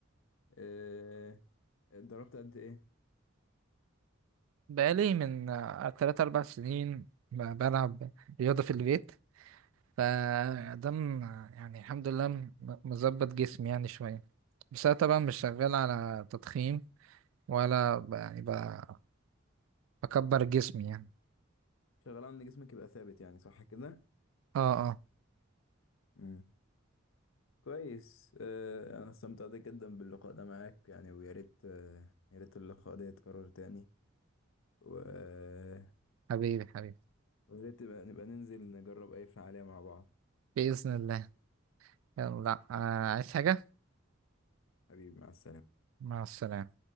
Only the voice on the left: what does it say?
آه، اتدربت قد ايه
شغال على ان جسمك يبقى ثابت يعني صح كده
امم كويس آه، انا استمتعت جدا باللقاء ده معاك يعني ويا ريت آه، يا ريت اللقاء ده يتكرر تاني و- آه،
ويا ريت نبقى نبقى ننزل نجرب اي فعالية مع بعض
حبيبي مع السلامة